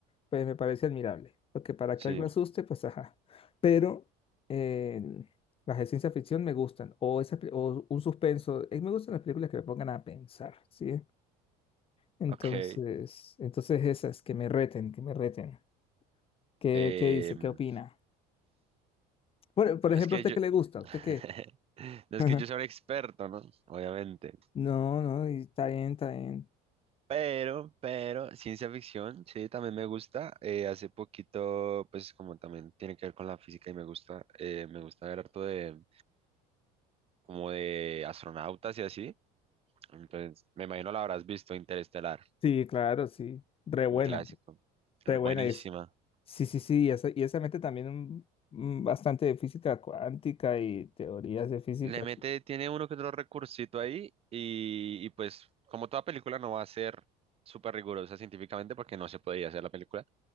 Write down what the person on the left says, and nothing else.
pues me parece admirable. Porque para
que algo asuste, pues ajá. Pero eh, las de ciencia ficción me gustan. O, esas pe- o un suspenso. eh, me gustan las películas que me pongan a pensar, ¿sí? Entonces,
entonces esas, que me reten, que me reten. ¿Qué,
qué dice?
¿Qué opina? Por, por ejemplo,
¿a usted
qué le gusta? ¿A ¿Usted
qué?
<laughs>
No, no, y está bien, está bien.
Sí, claro, sí. Re buena,
re buena
es. Sí, sí, sí, y esa, y esa mete también un- un bastante de física cuántica y teorías de física.